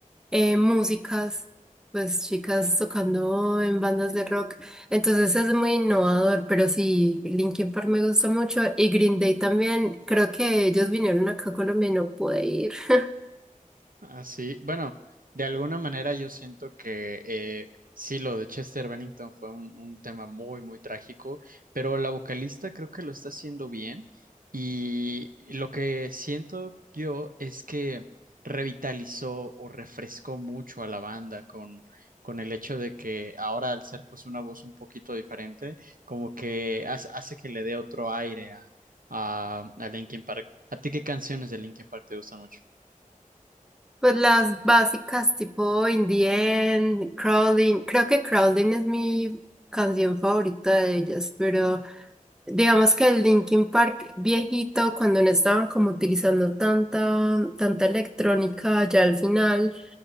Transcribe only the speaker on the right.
Así, bueno, de alguna manera yo siento que eh, sí, lo de Chester Bennington fue un, un tema muy, muy trágico, pero la vocalista creo que lo está haciendo bien y lo que siento yo es que revitalizó o refrescó mucho a la banda con, con el hecho de que ahora al ser pues una voz un poquito diferente, como que hace, hace que le dé otro aire a, a, a Linkin Park. ¿A ti qué canciones de Linkin Park te gustan mucho?